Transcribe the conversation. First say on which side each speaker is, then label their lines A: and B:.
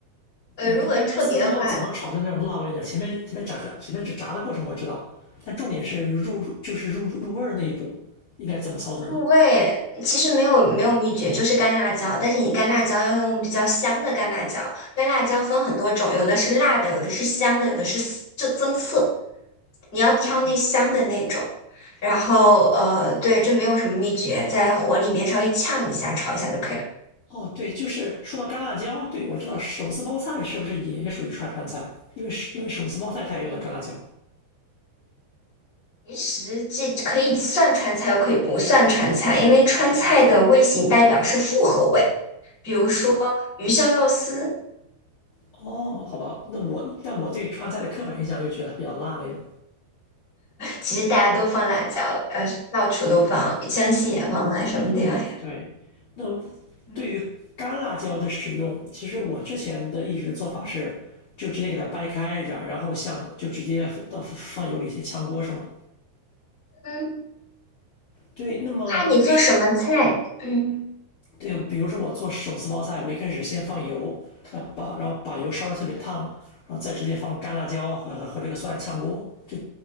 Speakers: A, on the left; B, on the left.
A: 呃，
B: 对，
A: 如果特别的话，
B: 但干煸四季豆怎么炒出那种辣味呢？前面前面炸炸前面只炸的过程我知道，但重点是入就是入入味儿那一步应该怎么操作呢？
A: 入味其实没有没有秘诀，就是干辣椒。但是你干辣椒要用比较香的干辣椒，干辣椒分很多种，有的是辣的，有的是香的，有的是涩就增色。你要挑那香的那种。
B: 哦
A: 然后呃，对，就没有什么秘诀，在火里面稍微呛一下，炒一下就可以了。
B: 哦，对，就是说到干辣椒，对我知道手撕包菜是不是也也属于川川菜？因为手因为手撕包菜它也用到干辣椒。
A: 其实这可以算川菜，又可以不算川菜，因为川菜的味型代表是复合味。比如说鱼香肉丝，
B: 哦，好吧，那我但我对川菜的刻板印象就觉得它比较辣那种。
A: 其实大家都放辣椒，呃，到处都放，江西也放啊，
B: 对，
A: 什么地方也。
B: 嗯，对。那
A: 嗯
B: 对于干辣椒的使用，其实我之前的一直做法是，就直接给它掰开，然然后像就直接到放油里去炝锅是吗？
A: 嗯，
B: 对，那么是
A: 看你做什么菜。嗯。
B: 对，比如说我做手撕包菜，我一开始先放油，然后把然后把油烧的特别烫，然后再直接放干辣椒和和和这个蒜炝锅，这